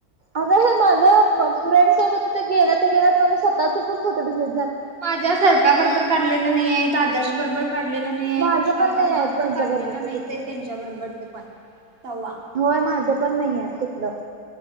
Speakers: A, on the right (about 70°); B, on the right (about 40°).
A: अग हे माझं फ्रेंड सोबतथ गेला तर गेला माझा स्वतःचा पूण फोटो दिले
B: माझ्या सरप्याबरोबर काढलेलं नाहीय आदर्श बरोबर काढलेलं नाही आहे
A: माझं
B: तुषार
A: पण नाही
B: बरोबर
A: आहेत त्यांच्या
B: पण काढलेलं
A: बरोबरच
B: नाहीच
A: कुठलं.
B: आहे त्यांच्या बरोबरच पण तवा
A: होय माझं पण नाहीय कुठलं